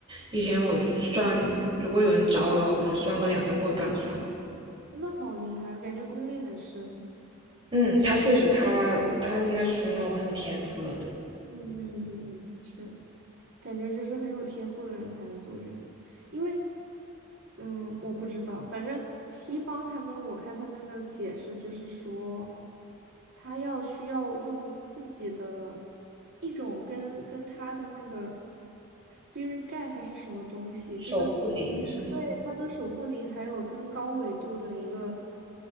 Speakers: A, on the right (about 25°); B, on the right (about 85°).
A: 一天我就算，如果有人找我的话，可能算个两三个，我就不想算了。
B: 真的好厉害，我感觉功力很深。
A: 嗯，他确实他，他应该是属于那种很有天赋的人，
B: 嗯嗯嗯嗯嗯，是。感觉就是很有天赋的人才能做这个，因为，嗯，我不知道，反正西方他们，我看他们的解释就是说，他要需要用自己的一种跟跟他的那个 spirit guide 还是什么东西，
A: 守护灵是吗？
B: 就是对他跟守护灵还有跟高维度的一个